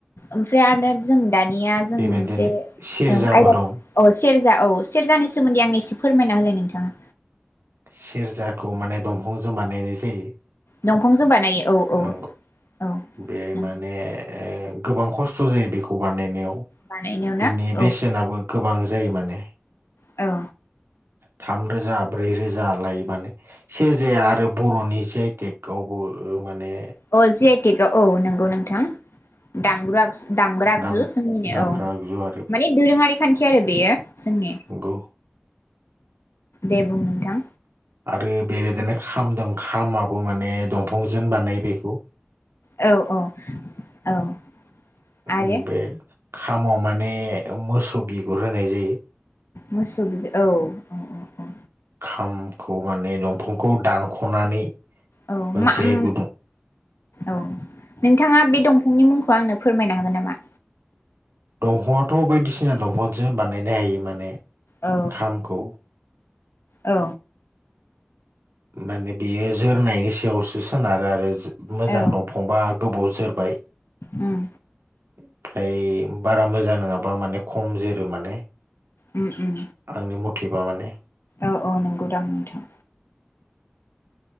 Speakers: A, on the left; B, on the right.
A: ओमफ्राय आरोदा जों दानिया जों
B: बेबायदिनो
A: मोनसे
B: सेरजाबो
A: ओं आयदा
B: दं
A: अ सेर जा औ सेरजानि सोमोन्दै आंनो एसे फोरमायना होलाय नोंथाङा
B: सेरजाखौ माने दंफांजों बानायनाय जायो
A: दंफांजों बानायो औ औ
B: नंगौ
A: औ
B: बे
A: नंगौ
B: माने गोबां खस थ'' जायो बेखौ बानायनायाव
A: बानायनायाव
B: बिनि
A: ना
B: बेसेनाबो
A: औ
B: गोबां जायो माने
A: औ
B: थाम रोजा ब्रै रोजा लायो माने सेरेजाया आरो बर'नि जि आइ टेक आवबो माने
A: अ जि आइ टेक औ नंगौ नोंथां दामग्रा आगजु दामग्रा आगजु
B: दाम
A: जोंनिनो
B: दामग्रा
A: औ
B: आगजु आरो
A: माने दोरोङारि खान्थि आरो बेयो जोंनि
B: नंगौ
A: दे बुं नोंथां
B: आरो बेबायदिनो खाम दं खामाबो माने दंफांजों बानायो बेखौ
A: औ औ औ आरो
B: उम बे खामाव माने मोसौ बिगुर होनाय जायो
A: मोसौ बि औ औ औ औ
B: खामखौ माने दंफांखौ दानख'नानै
A: औ
B: मोनसे
A: मा उम
B: गुदुं
A: औ नोंथाङा बे दंफांनि मुं खौ आंनो फोरमायनो हागोन नामा
B: दंफांआथ' बायदि सिना दंफांजों बानायनो हायो माने
A: औ
B: खामखौ
A: ओ औ
B: माने बियो जोरनायनि सायावसो सोनारो आरो जो मोजां
A: औ
B: दंफांबा गोबाव जोरबाय
A: उम
B: ओमफ्राय बारा मोजां नोङाबा माने खम जोरो माने
A: उम उम
B: आंनि मथेबा माने
A: औ औ नोंगौदां नोंथां।